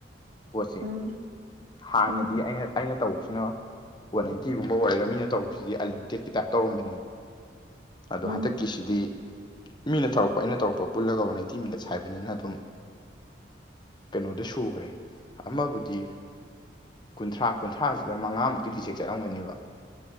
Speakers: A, on the left (about 25°); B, on the right (about 40°).
A: ꯄꯣꯠꯁꯦ
B: ꯎꯝ
A: ꯍꯥꯟꯅꯗꯤ
B: ꯎꯝ
A: ꯑꯩꯅ ꯑꯩꯅ ꯇꯧꯕꯁꯤꯅ ꯋꯥꯟ ꯅꯥꯏꯟꯇꯤꯒꯨꯝꯕ ꯑꯣꯏꯔꯒ ꯃꯤꯅ ꯇꯧꯔꯛꯄꯁꯤꯗꯤ ꯑꯟꯂꯤꯃꯤꯇꯦꯠꯀꯤ ꯇꯥꯏꯞ ꯇꯧꯔꯝꯕꯅꯦꯕ ꯑꯗꯣ
B: ꯎꯝ
A: ꯍꯟꯗꯛꯀꯤꯁꯤꯗꯤ ꯃꯤꯅ ꯇꯧꯔꯛꯄ ꯑꯩꯅ ꯇꯧꯔꯛꯄ ꯄꯨꯜꯂꯒ <unintelligible> ꯇꯤ ꯃꯤꯅꯠꯁ ꯍꯥꯏꯕꯅꯤꯅ ꯑꯗꯨꯝ ꯀꯩꯅꯣꯗ ꯁꯨꯒꯔꯦ ꯑꯃꯕꯨꯗꯤ ꯀꯨꯟꯊ꯭ꯔꯥ ꯀꯨꯟꯊ꯭ꯔꯥꯁꯤꯗ ꯃꯉꯥꯃꯨꯛꯇꯤ ꯔꯤꯖꯦꯛ ꯆꯠꯂꯝꯒꯅꯦꯕ